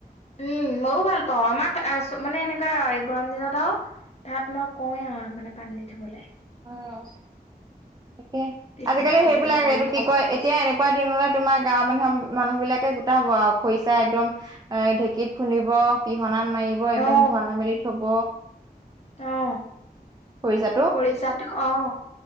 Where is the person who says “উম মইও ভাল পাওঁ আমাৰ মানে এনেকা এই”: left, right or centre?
Left